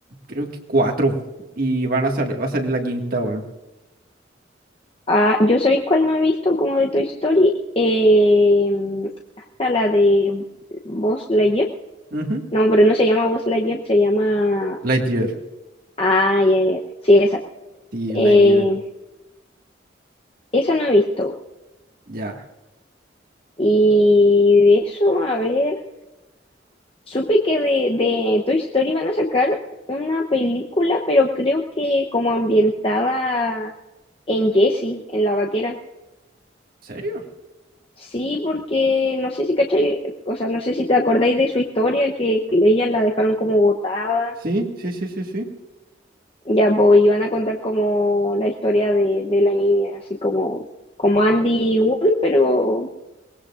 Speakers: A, on the right; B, on the left.
A: creo que cuatro. Y van a salir, va a salir la quinta, weón.
B: Ah, yo sabéis cuál no he visto como de Toy Story, Eh, hasta la de Buzz Lightyear.
A: Ujú.
B: No, pero no se llama Buzz Lightyear, se llama.
A: Lightyear.
B: Ah, ya, ya, ya. Sí, esa.
A: Sí,
B: Eh,
A: Lightyear.
B: Eso no he visto.
A: Ya.
B: Y de eso, a ver, supe que de, de Toy Story van a sacar una película, pero creo que como ambientada en Jessie, en la vaquera.
A: ¿En serio?
B: Sí, porque no sé si cachai, o sea, no sé si te acordáis de su historia, que ella la dejaron como botada.
A: Sí, sí, sí, sí, sí.
B: Ya, voy, iban a contar como la historia de, de la niña, así como, como Andy y Woody, pero,